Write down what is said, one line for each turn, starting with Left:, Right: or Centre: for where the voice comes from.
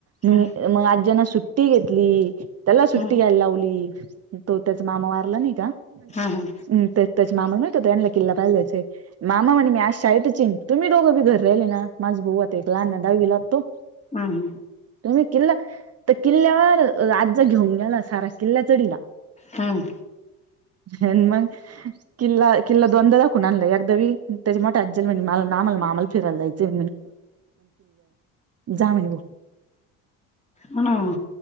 Right: म
Left: हम्म
Right: म आज्यान सुट्टी घेतली त्याला सुट्टी
Left: हम्म
Right: घ्यायला लावली तो त्याचा मामा मारला नाही का
Left: हा हा
Right: हम्म तेच त्याच मामाला माहिती होत त्यांला किल्ला पाहिला जायच ये मामा म्हणे मी आज शाळेतच येईन तुम्ही दोघ राहिले ना माझ भाऊ आता एक लहानगा दहावीला असतो
Left: हम्म हम्म
Right: तुम्ही किल्ला तर किल्ल्यावर अ आजा घेऊन गेला सारा किल्ला चढीला
Left: हम्म
Right: हेन म किल्ला किल्ला दोनदा दाखवून आणलाय एकदा त्याची मोठी आजी म्हणली मला आमाला फिरायला जायचयं <unintelligible> जा म्हणे ग
Left: हम्म